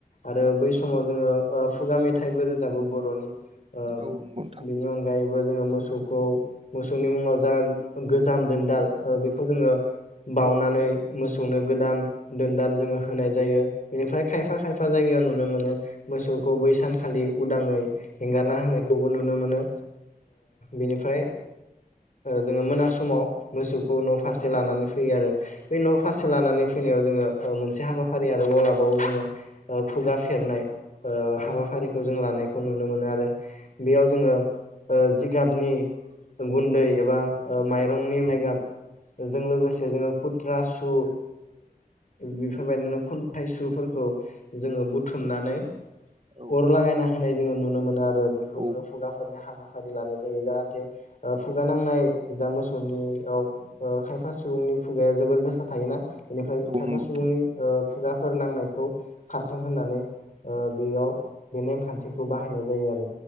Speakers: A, on the left (about 60°); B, on the right (about 40°).
A: आरो बै समाव जोङो फुगा मेथाइफोर बरनिनि
B: औ नंगौ नोंथां
A: अनगायैबो जो‌ मोसौखौ मोसौनि मुङाव जा गोजाम दोनदाल बेखौ जोङो बावनानै मोसौनो गोदान दोनदाल जोङो होनाय जायो बेनिफ्राय खायफा खायफा जायगायाव नुनो मोनो मोसौखौ बै सानखालि उदाङै हंगारना होनायखौबो नुनो मोनो बिनिफ्राय जोङो मोना समाव मोसौखौ न फारसे लानानै फैयो आरो बे न फारसे लानानै फैनायाव जोङो मोनसे हाबाफारि आरोबाव लाबावो जोङो खुगा फेरनाय हाबाफारिखौ
B: औ
A: जों लानायखौ नुनो मोनो आरो बेयाव जोङो जिगाबनि गुन्दै एबा माइरंनि माइ गाब बेजों लोगोसे जोङो खुथ्रा सु बेफोरबायदिनो खन्थाइ सुफोरखौ जोङो बुथुमनानै
B: औ
A: अर लागायना होनाय जोङो नुनो मोनो आरो बेखौ
B: औ
A: जोङो
B: औ
A: खुगाफोरनाय हाबा हाबाफारि लानाय जायो जाहाथे खुगा नांनाय जा मोसौनियाव खायफा सुबुंनि खुगाया जोबोर गोसा थायोना बेनिफ्राय
B: नंगौ
A: खायफा
B: नोंथां
A: सुबुंनि फोर नांनायखौ खारथों होननानै ओ बेयाव बे नेमखान्थिखौ बाहायनाय जायो आरो